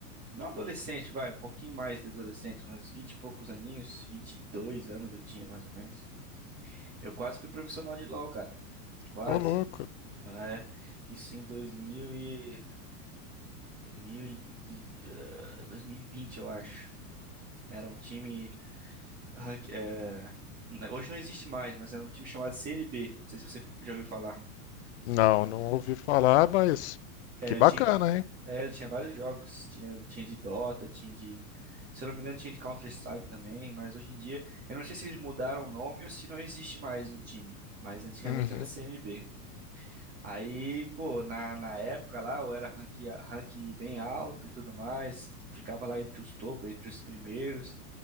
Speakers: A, on the right (about 20°); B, on the left (about 50°).
A: Não adolescente, vai, um pouquinho mais de adolescente, uns 20 e poucos aninhos, 22 anos eu tinha mais ou menos. Eu quase fui profissional de LoL, cara. Quase.
B: Ô louco.
A: É, isso em dois mil e dois mil e de- eh, 2020, eu acho. Era um time rank- eh, né, hoje não existe mais, mas era um time chamado CNB. Não sei se você já ouviu falar.
B: Não, não ouvi falar, mas
A: É,
B: que
A: ele
B: bacana,
A: tinha, va-
B: hein?
A: é, ele tinha vários jogos. Tinha, tinha de Dota, tinha de. Se eu não me engano, tinha de Counter-Strike também. Mas hoje em dia, eu não sei se eles mudaram o nome ou se não existe mais o time. Mas antigamente
B: Uhum.
A: era CNB. Aí, pô, na, na época lá, eu era rank, rank bem alto e tudo mais. Ficava lá entre os topos, entre os primeiros.